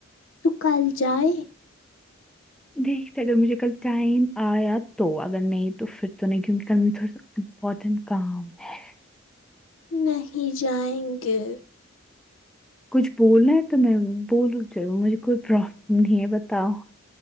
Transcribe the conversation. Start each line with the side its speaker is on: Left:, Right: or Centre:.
Left: تو کل جائے
Centre: دیکھتے اگر مجھے کل ٹائم آیا تو اگر نہیں تو پھر تو نہیں کیونکہ کل میں تھوڑا سا امپورٹنٹ کام ہے
Left: نہیں جائیں گے
Centre: کچھ بولنا ہے تو میں بولوں چل مجھے کوئی پرابلم نہیں ہے بتاؤ